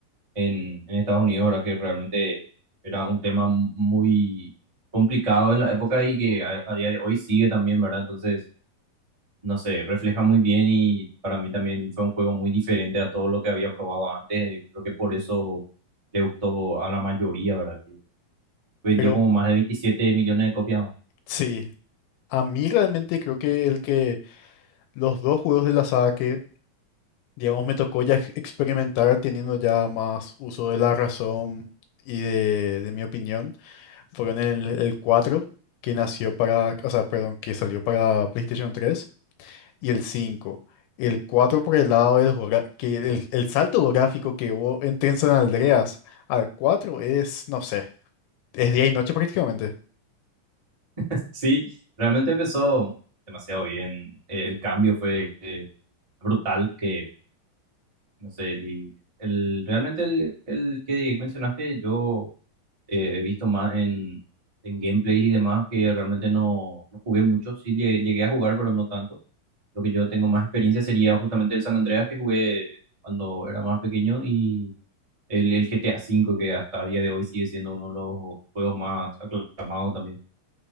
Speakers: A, on the right; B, on the left.
A: en, en Estados Unidos, ¿verdad? Que realmente era un tema m- muy complicado en la época y que a, a día de hoy sigue también, ¿verdad? Entonces, no sé, refleja muy bien y para mí también fue un juego muy diferente a todo lo que había probado antes. Creo que por eso le gustó a la mayoría, ¿verdad? Que vendió
B: Pero
A: como más de 27 millones de copias. ¿no?
B: sí. A mí realmente creo que el que los dos juegos de la saga que, digamos, me tocó ya ex- experimentar teniendo ya más uso de la razón y de, de mi opinión, fueron el, el 4, que nació para, o sea, perdón, que salió para PlayStation tres y el cinco El 4 por el lado del gra- que el, el salto gráfico que hubo entre San Andreas al 4 es, no sé, es día y noche prácticamente.
A: <laughs> Sí, realmente empezó demasiado bien. Eh, El cambio fue eh, brutal, que no sé, el, el- realmente el, el que mencionaste yo eh, he visto más en, en gameplays y demás que realmente no, no jugué mucho. Sí lle- llegué a jugar, pero no tanto. Lo que yo tengo más experiencia sería justamente el San Andreas que jugué cuando era más pequeño y el, el GTA cinco que hasta a día de hoy sigue siendo uno de los juegos más aclamados también.